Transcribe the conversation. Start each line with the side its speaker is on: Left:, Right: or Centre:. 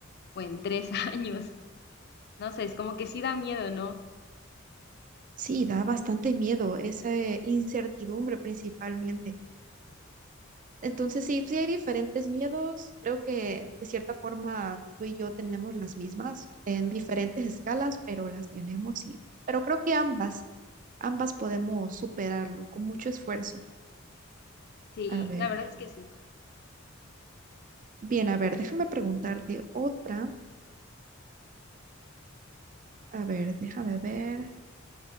Left: o en tres <laughs> años? No sé, es como que sí da miedo, ¿no?
Right: Sí, da bastante miedo, esa eh, incertidumbre principalmente. Entonces, sí, sí hay diferentes miedos. Creo que de cierta forma tú y yo tenemos las mismas en diferentes escalas, pero las tenemos y, pero creo que ambas, ambas podemos superarlo con mucho esfuerzo.
Left: Sí,
Right: A ver,
Left: la verdad es que sí.
Right: bien, a ver, déjame preguntarte otra. A ver, déjame ver.